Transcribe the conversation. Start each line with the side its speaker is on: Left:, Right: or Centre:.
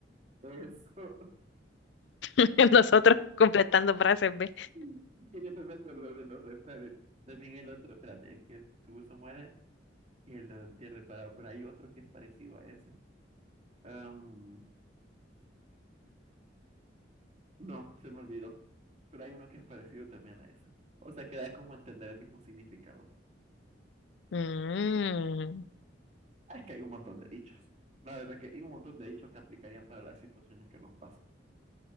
Right: Eso.
Left: <laughs> Nosotros completando frases, ¿ve?
Right: <laughs> Que yo no me acuerdo de los refranes. También el otro, espérate, el que por su gusto muere, que lo entierren parado. Pero hay otro que es parecido a ese. Am, no, se me olvidó. Pero hay uno que es parecido también a ese. O sea, que da como a entender el mismo significado.
Left: Mm,
Right: Ah, Es que hay un montón de dichos. La verdad que hay un montón de dichos que aplicarían para las situaciones que nos pasan.